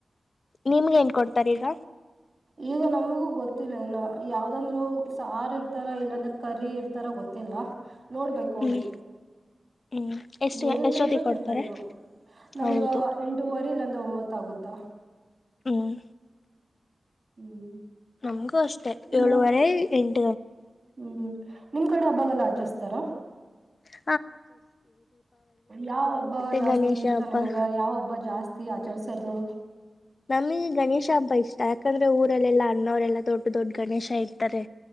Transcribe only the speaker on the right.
ಈಗ ನಮಗೂ ಗೊತ್ತಿಲ್ಲ ಇನ್ನ ಯಾವ್ದಂದ್ರು ಸಾರು ಇರ್ತಾರ ಇಲ್ಲಾಂದ್ರೆ ಕರಿ ಇರ್ತಾರ ಗೊತ್ತ ಗತ್ತಲ್ಲ ನೋಡ್ಬೇಕು ಹೋಗಿ
ಏನಟ್ಟಿದ್ರು
ತಿನ್ಬೇಕು
ನಮಗ
ಎಂಟೂವರಿ ಇಲ್ಲ <unintelligible> ಒಮ್ಮತ್ ಆಗುತ್ತಾ
ಹ್ಮ್
ಇನ್ನ
ಹ್ಮ್ ನಿಮ್ ಕಡೆ ಹಬ್ಬಗೆಲ್ಲ ಆಚಸ್ತಾರ
ಯಾವ ಹಬ್ಬ
ಜಾಸ್ತಿ
ಇಷ್ಟ
ನಿಮಗ ಯಾವ ಹಬ್ಬ ಜಾಸ್ತಿ ಕೆಳ್ಸದು